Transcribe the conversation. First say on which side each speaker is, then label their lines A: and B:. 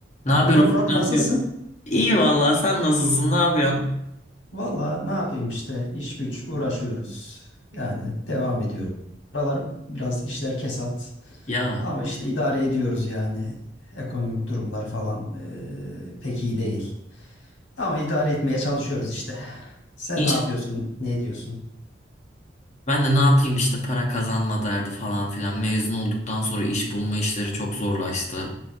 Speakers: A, on the left; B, on the left.
A: Ne haber
B: Merhaba
A: Ufuk?
B: Burak,
A: Ne
B: nasılsın?
A: yapıyorsun? İyi vallahi sen nasılsın? Ne yapıyorsun?
B: Valla ne yapayım işte iş güç uğraşıyoruz. Yani devam ediyoruz. Buralar biraz işler kesat.
A: Ya
B: Ama işte idare ediyoruz yani. Ekonomik durumlar falan eee, pek iyi değil. Ama idare etmeye çalışıyoruz işte. Sen
A: inş
B: ne yapıyorsun, ne ediyorsun?
A: Ben de ne yapayım işte para kazanma derdi falan filan. Mezun olduktan sonra iş bulma işleri çok zorlaştı.